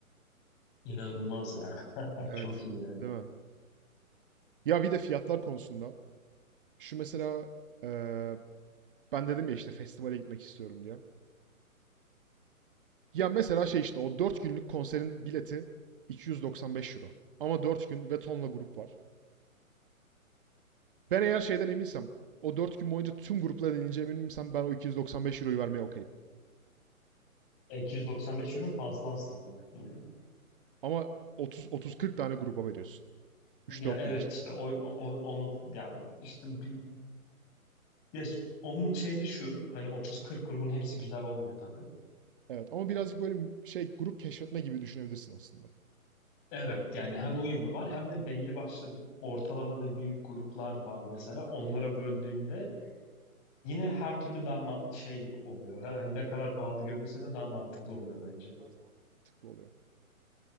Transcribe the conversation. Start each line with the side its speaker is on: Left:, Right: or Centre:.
Left: inanılmaz ya. <laughs>
Right: Evet,
Left: Çok iyi yani.
Right: değil mi? Ya bir de fiyatlar konusunda. Şu mesela eee, ben dedim ya işte festivale gitmek istiyorum diye. Ya mesela şey işte o 4 günlük konserin bileti 295 euro. Ama 4 gün ve tonla grup var. Ben eğer şeyden eminsem o 4 gün boyunca tüm gruplara denileceğime eminsem ben o 295 euroyu vermeye okeyim.
Left: E, 295 euro fazla aslında baktığında.
Right: Ama 30 30-40 tane gruba veriyorsun. üç
Left: Ya
Right: dört
Left: evet
Right: gün için.
Left: işte o, o onu yani işte bir, ya onun şeyi de şu hani 30-40 grubun hepsi güzel olmuyor tabii.
Right: Evet ama birazcık böyle şey grup keşfetme gibi düşünebilirsin aslında.
Left: Evet yani hem o yönü var hem de belli başlı ortalama ve büyük gruplar var mesela. Onlara böldüğünde yine her türlü daha ma- şey oluyor. Hani ne kadar pahalı görünse de daha mantıklı oluyor bence.
Right: Evet her zaman mantıklı oluyor.